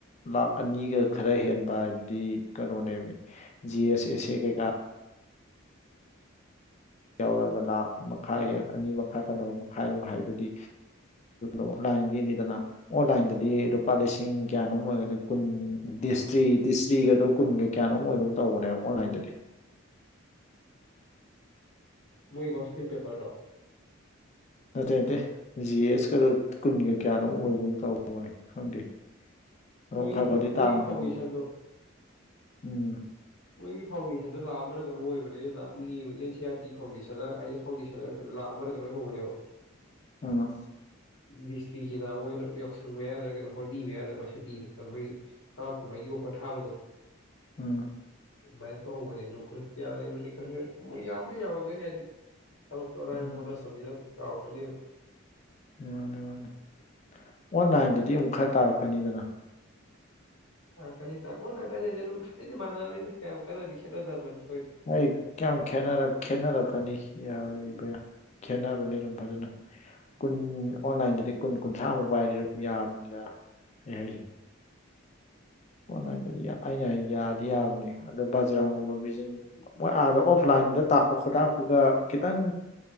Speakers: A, on the left (about 35°); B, on the left (about 80°).
A: ꯂꯥꯛ ꯑꯅꯤꯒ ꯈꯔ ꯍꯦꯟꯕ ꯍꯥꯏꯗꯨꯗꯤ ꯀꯩꯅꯣꯅꯦꯃꯤ ꯖꯤ ꯑꯦꯁ ꯑꯦꯁ ꯑꯦ ꯀꯩꯀꯥ ꯌꯥꯎꯔꯒ ꯂꯥꯈ ꯃꯈꯥ
B: ꯑ
A: ꯍꯦꯛ ꯑꯅꯤ ꯃꯈꯥ ꯀꯩꯅꯣ ꯃꯈꯥꯏꯃꯨꯛ ꯍꯥꯏꯗꯨꯗꯤ ꯑꯣꯐꯂꯥꯏꯟꯒꯤꯅꯤꯗꯅ ꯑꯣꯟꯂꯥꯏꯟꯗꯗꯤ ꯂꯨꯄꯥ ꯂꯤꯁꯤꯡ ꯀꯌꯥꯅꯣꯝ ꯑꯣꯏꯒꯅꯤ ꯀꯨꯟ ꯗꯤꯁꯇ꯭ꯔꯤ ꯗꯤꯁꯇ꯭ꯔꯤꯒꯗꯣ ꯀꯨꯟꯒ ꯀꯌꯥꯅꯣꯛ ꯑꯗꯨꯝ ꯇꯧꯕꯅꯦꯕ ꯑꯣꯟꯂꯥꯏꯟꯗꯗꯤ
B: ꯃꯣꯏꯒꯣ ꯁ꯭ꯝ ꯄꯦꯄꯔꯗꯣ
A: ꯅꯇꯩꯦ ꯅꯠꯇꯦ ꯖꯤ ꯑꯦꯁꯀꯗ ꯀꯨꯟꯒ ꯀꯌꯥꯅꯣ ꯑꯣꯏꯕ ꯑꯃ ꯇꯧꯧꯕꯅꯤ ꯈꯪꯗꯦ ꯑꯝ ꯈꯔ
B: ꯃꯣꯏꯒꯤ
A: ꯈꯔꯗꯤ
B: ꯃꯣꯏꯒꯤ
A: ꯇꯥꯔꯝꯒꯅꯤ
B: ꯐꯥꯎꯟꯗꯦꯁꯟꯗꯣ
A: ꯎꯝ
B: ꯃꯣꯏꯒꯤ ꯐꯥꯎꯟꯗꯦꯁꯟꯗꯣ ꯂꯥꯛꯑꯃꯅ ꯀꯩꯅꯣ ꯑꯣꯏꯕꯅꯤꯅ ꯑꯃꯨꯛ ꯌꯦꯡꯉꯕ ꯑꯦꯟ ꯁꯤ ꯑꯥꯔ ꯇꯤ ꯐꯥꯎꯟꯗꯦꯁꯟꯗ ꯑꯥꯏ ꯑꯦꯁ ꯍꯧꯅꯤ ꯁꯥꯟꯅꯔꯀꯗꯣ ꯂꯥꯛ ꯑꯃꯒ ꯂꯣꯏ ꯍꯧꯕꯅꯦꯕ
A: ꯑꯣ
B: ꯗꯤꯁꯇ꯭ꯔꯤꯛꯀꯤꯅ ꯃꯣꯏꯅ ꯌꯥꯎꯁꯪꯕ ꯌꯥꯗ꯭ꯔꯒ ꯀꯩꯅꯣ ꯍꯣꯂꯤ ꯃ ꯌꯥꯗ꯭ꯔ ꯁꯨꯇꯤꯣꯏ ꯍꯥꯎ ꯀꯨꯝꯍꯩꯒꯤ ꯑꯣꯐꯔ ꯊꯥꯕꯗꯣ
A: ꯎꯝ
B: ꯃꯥꯏꯅꯦ ꯍꯒ ꯅ ꯂꯣꯁꯤ ꯇꯌꯥꯔꯥꯡꯒꯦꯣꯏ ꯌꯥꯝꯕ ꯌꯥꯋꯥꯒꯦ ꯅ ꯑꯗꯤꯛ ꯈꯜꯛ ꯇꯥꯏ
A: ꯎꯝ
B: ꯃꯣꯟꯅ ꯅꯤꯗꯥꯎꯛꯀꯅꯤ
A: ꯃꯥꯅꯤ ꯃꯥꯅꯤ ꯑꯣꯟꯂꯥꯏꯟꯗꯗꯤ ꯑꯃꯨꯛ ꯈꯔ ꯇꯥꯔꯛꯀꯅꯤꯗꯅ
B: ꯂꯥꯛꯀꯅꯤ ꯇꯥꯛꯀꯣ ꯂꯥꯏꯅꯈꯔꯤꯁꯦ ꯑꯗꯨꯝ ꯍꯥꯏꯐꯦꯗꯤ ꯃꯥꯟꯅꯕꯅꯤꯅ ꯀꯌꯥꯝ ꯀꯥꯟꯅꯗꯤ ꯈꯦꯠꯅꯗꯕꯅꯤ ꯍꯣꯏ
A: ꯑꯩ ꯀꯌꯥꯝ ꯈꯦꯠꯅꯔꯛꯀꯅꯤ ꯌꯥꯕ ꯈꯦꯠꯅꯕꯅꯤ ꯑꯗꯨꯝ ꯐꯖꯅ ꯀꯨꯟ ꯑꯣꯟꯂꯥꯏꯟꯗꯗꯤ ꯀꯨꯟ ꯀꯨꯟꯊ꯭ꯔꯥꯃꯨꯛ ꯄꯥꯏꯗ ꯑꯗꯨꯝ ꯌꯥꯕꯅꯤ ꯑꯩ ꯍꯥꯏꯁꯦ ꯑꯣꯟꯂꯥꯏꯟꯗꯗꯤ ꯑꯩꯅ ꯌꯥꯗꯤ ꯌꯥꯕꯅꯦ ꯑꯗꯣ ꯕꯖꯔꯥꯒꯨꯝꯕ ꯕꯤꯤꯖꯤꯟ ꯃꯣꯏ ꯑꯥꯗ ꯑꯣꯐꯂꯥꯏꯟꯗ ꯇꯥꯛꯄ ꯈꯣꯇꯥꯛꯄꯒ ꯈꯤꯇꯪ